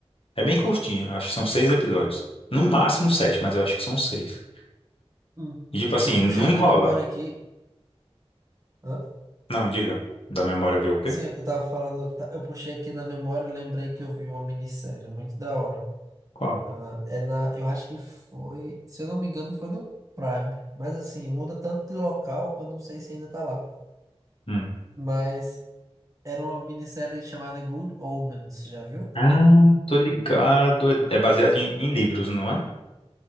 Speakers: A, on the left; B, on the right.
A: É bem curtinha, eu acho que são seis episódios. No máximo sete, mas eu acho que são seis.
B: Hum.
A: E tipo assim,
B: Eu puxando
A: não enrola.
B: na memória aqui. Hã?
A: Não, diga. Da memória ver o quê?
B: Sim, eu tava falando, tá, eu puxei aqui na memória e lembrei que eu vi uma minissérie muito da hora.
A: Qual?
B: Ah, é na, eu acho que foi, se eu não me engano, foi no Prime. Mas assim, muda tanto de local que eu não sei se ainda tá lá.
A: Hum.
B: Mas era uma minissérie chamada Good Omens, já viu?
A: Ah, tô ligado. É baseado em, em livros, não é?